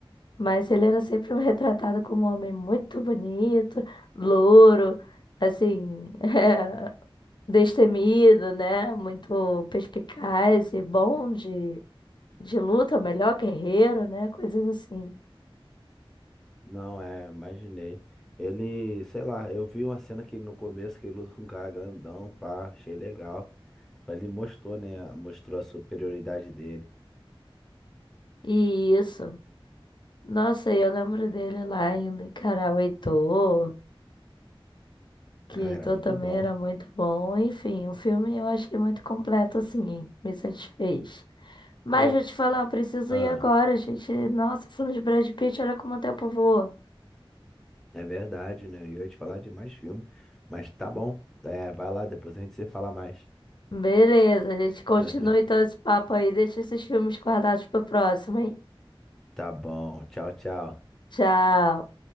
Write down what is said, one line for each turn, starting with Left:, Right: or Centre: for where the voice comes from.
Left: mas ele era sempre retratado como um homem muito bonito, louro, assim, <laughs> destemido, né? Muito perspicaz e bom de, de luta, é o melhor guerreiro, né? Coisas assim.
Centre: Não, é, imaginei. Ele, sei lá, eu vi uma cena que no começo que ele luta com um cara grandão, pá, achei legal. Ele mostrou, né? Mostrou a superioridade dele.
Left: E isso. Nossa, e eu lembro dele lá indo encarar o Heitor, que
Centre: Ah,
Left: Heitor
Centre: era muito
Left: também
Centre: bom.
Left: era muito bom. Enfim, o filme eu achei muito completo, assim, me satisfez. Mas
Centre: Eu,
Left: vou te falar, eu preciso
Centre: ah,
Left: ir agora, gente. Nossa, falando de Brad Pitt, olha como o tempo voa.
Centre: é verdade, né? Eu ia te falar de mais filme. Mas tá bom. É, vai lá, depois a gente se fala mais.
Left: Beleza, a gente continua
Centre: <laughs>
Left: então esse papo aí. Deixa esses filmes guardados pro próximo, hein?
Centre: Tá bom. Tchau, tchau.
Left: Tchau.